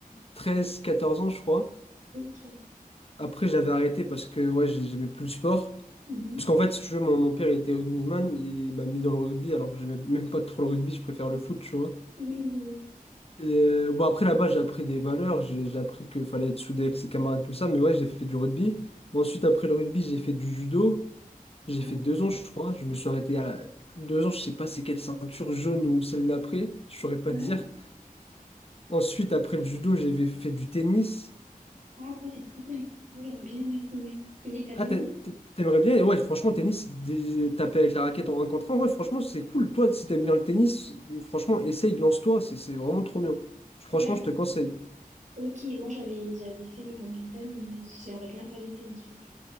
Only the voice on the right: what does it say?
ok.
Mhm.
Oui, oui, oui.
Ah
ouais.
Ouais.
Ah, ça c'est trop bien. Moi, j'aimerais bien essayer. Et t'as bien
aimé?
Ouais, m-
ok. Moi, j'avais j'avais fait le badminton, mais j'aimerais bien faire le tennis, du coup.